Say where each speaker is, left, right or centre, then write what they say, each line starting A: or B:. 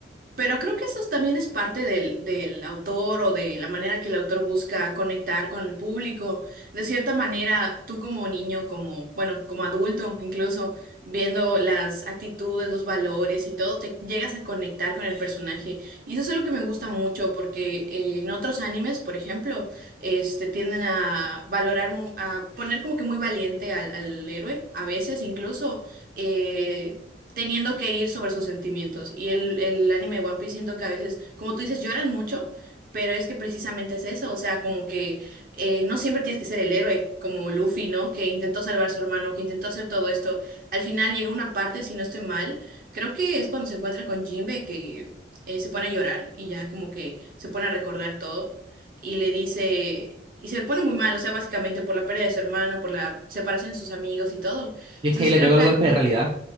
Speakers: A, on the right; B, on the right.
A: Pero creo que eso también es parte del, del autor o de la manera que el autor busca conectar con el público. De cierta manera, tú como niño, como, bueno, como adulto, incluso viendo las actitudes, los valores y todo, te llegas a conectar con el personaje. Y eso es algo que me gusta mucho porque eh, en otros animes, por ejemplo, este, tienden a valorar, mu- a poner como que muy valiente al, al héroe, a veces incluso. eh, teniendo que ir sobre sus sentimientos. Y el, el anime de One Piece siento que a veces, como tú dices, lloran mucho, pero es que precisamente es eso, o sea, como que eh, no siempre tienes que ser el héroe, como Luffy, ¿no? Que intentó salvar a su hermano, que intentó hacer todo esto. Al final llega una parte, si no estoy mal, creo que es cuando se encuentra con Jinbe que eh, se pone a llorar y ya como que se pone a recordar todo y le dice... Y se pone muy mal, o sea, básicamente por la pérdida de su hermano, por la separación de sus amigos y todo.
B: Y
A: Entonces
B: es que ahí le
A: creo
B: pegó
A: que
B: el
A: ahí
B: golpe de realidad.